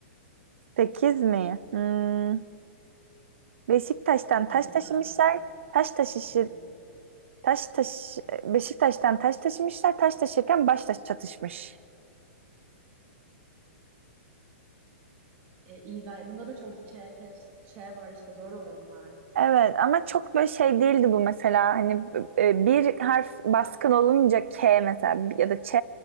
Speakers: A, on the right (about 65°); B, on the right (about 25°).
A: Sekiz mi? Hmm. Beşiktaş'tan
B: Hadi
A: taş taşımışlar.
B: sen de.
A: Taş taşışır.
B: Sekiz.
A: Taş taş Beşiktaş'tan taş taşımışlar. Taş taşırken baş taş çatışmış.
B: E, iyi gayet. Bunda da çok ç, te- ç var işte zor oluyor bunlar.
A: Evet ama çok böyle şey değildi bu mesela. Hani e, bir harf baskın olunca K mesela ya da Ç